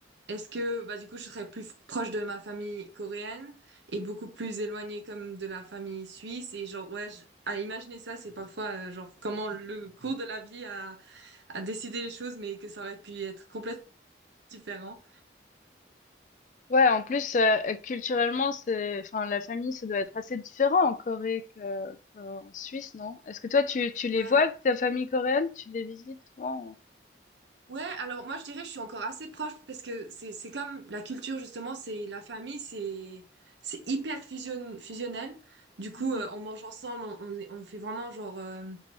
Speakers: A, on the right; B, on the left.
A: est-ce que, bah, du coup, je serais plus proche de ma famille coréenne et beaucoup plus éloignée comme de la famille suisse et genre, ouais, je- à imaginer ça, c'est parfois euh, genre comment le cours de la vie a, a décidé les choses, mais que ça aurait pu être complètement différent.
B: Ouais, en plus, euh, euh, culturellement, c'est, enfin, la famille, ça doit être assez différent en Corée que, qu'en Suisse, non? Est-ce que toi, tu, tu les
A: Ouais.
B: vois, ta famille coréenne? Tu les visites souvent?
A: Ouais, ouais. alors moi je dirais que je suis encore assez proche parce que c'est c'est comme la culture justement, c'est la famille, c'est c'est hyper fusion, fusionnel. Du coup,
B: Mhm,
A: euh, on mange ensemble, on, on, est- on fait vraiment genre euh,